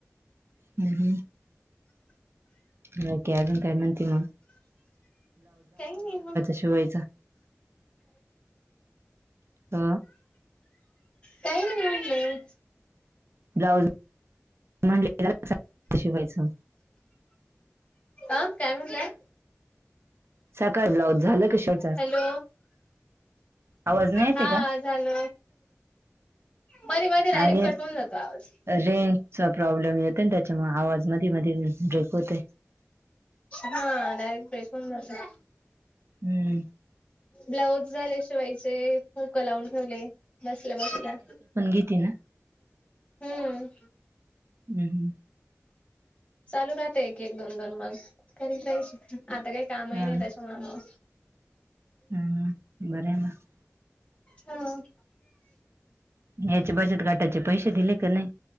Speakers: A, on the right; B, on the left.
A: हं हं बाकी अजून काय म्हणती मंग
B: काय नाही मग
A: शिवायचं अ
B: काही नाही म्हटलं
A: ब्लाऊज म्हणलेल तसंच शिवायच.
B: अ काय म्हणताय?
A: सकाळी ब्लाऊज झालं का शिवून
B: हॅलो
A: आवाज नाही येते
B: हा
A: का
B: झाल. मधी मधी डायरेक
A: आहे
B: कट होऊन जातो आवाज
A: रेंजचा प्रॉब्लेम येतोय ना त्याच्यामुळ आवाज मधी मधी ब्रेक होतय.
B: हा डायरेक ब्रेक होऊन जातोय.
A: हम
B: ब्लाऊज झाले शिवायचे हूक लावून ठेवले बसल्या बसल्या
A: कितीना
B: हम्म
A: हम हम
B: चालू राहतय एक एक दोन दोन मस करीत राहायची आता काही कामही
A: हा
B: नाही त्याच्यामूळ म
A: हम्म बरंय मग
B: हा.
A: याचे बचत गटाचे पैसे दिले का नाही?